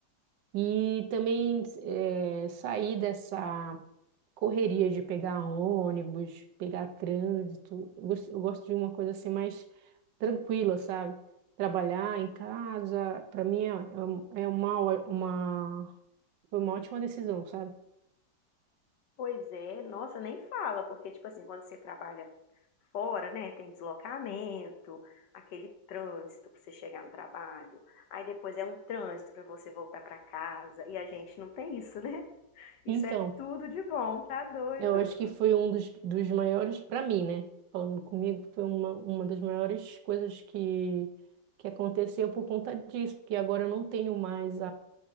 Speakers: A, on the right; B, on the left.
A: E também eh, sair dessa correria de pegar ônibus, pegar trânsito. Eu gosto, eu gosto de uma coisa assim mais tranquila, sabe? Trabalhar em casa, para mim é, é um- é uma, ó- uma, foi uma ótima decisão, sabe?
B: Pois é, nossa, nem fala, porque, tipo assim, quando você trabalha fora, né, tem deslocamento, aquele trânsito para você chegar no trabalho, aí depois é um trânsito para você voltar para casa, e a gente não tem isso, <laughs> né? Isso
A: Então,
B: é tudo de bom, tá doido?
A: eu acho que foi um dos, dos maiores, para mim, né? Falando comigo, foi uma, uma das maiores coisas que, que aconteceu por conta disso, porque agora eu não tenho mais